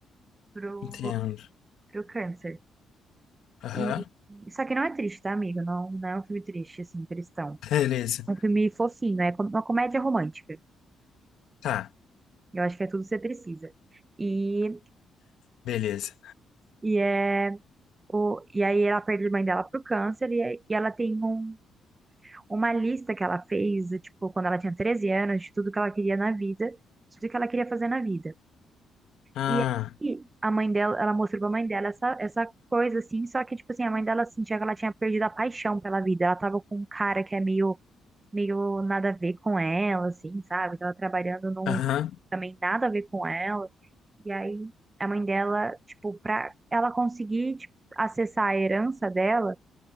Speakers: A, on the right; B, on the left.
A: pro,
B: Entendo.
A: pro câncer.
B: Aham.
A: E só que não é triste, tá, amigo? Não, não é um filme triste, assim, tristão.
B: <laughs> Beleza.
A: É um filme fofinho, é com- uma comédia romântica.
B: Tá,
A: Eu acho que é tudo que você precisa. E,
B: beleza.
A: e, é, o, e aí ela perde a mãe dela pro câncer e, aí- e ela tem um, uma lista que ela fez, tipo, quando ela tinha 13 anos, de tudo que ela queria na vida, de tudo que ela queria fazer na vida.
B: Ah,
A: E aí a mãe dela, ela mostrou pra mãe dela essa, essa coisa, assim, só que, tipo assim, a mãe dela sentia que ela tinha perdido a paixão pela vida. Ela tava com um cara que é meio meio nada a ver com ela, assim, sabe? Tava trabalhando num
B: aham.
A: também nada a ver com ela. E aí a mãe dela, tipo, pra ela conseguir, tipo, acessar a herança dela,